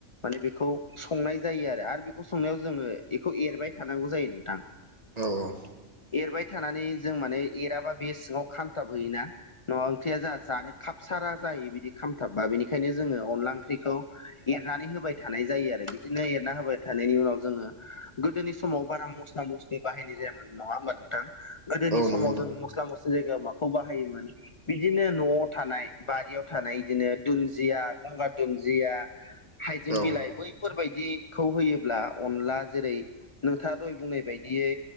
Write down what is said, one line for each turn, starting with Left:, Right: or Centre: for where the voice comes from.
Left: माने बेखौ संनाय जायो आरो आरो बेखौ संनायाव जोङो बेखौ एरबाय थानांगौ जायो नोंथां
Right: औ औ
Left: एरबाय थानानै जों माने एराबा बे सिङाव खामथाब होयोना न' ओंथिया ज जानो खाबसारा जायो बिदि खामथाबबा बिनिखायनो जोङो अनला ओंख्रिखौ एरनानै होबाय थानाय जायो आरो बिदिनो एरना होबाय थानायनि उनाव जोङो गोदोनि समाव बारा मस्ला मस्लि बाहायनाय जायामोन नङा होमबा नोंथां गोदोनि
Right: नोंथां
Left: समाव जों मस्ला मस्लि जायगायाव माखौ बाहायोमोन बिदिनो न'आव थानाय बारियाव थानाय बिदिनो दुन्दिया गंगार दुन्दिया जिया हाइजें बिलाइ
Right: औ
Left: बै फोरबायदिखौ होयोब्ला अनला जेरै नोंथाङा दहाय बुंनाय बायदियै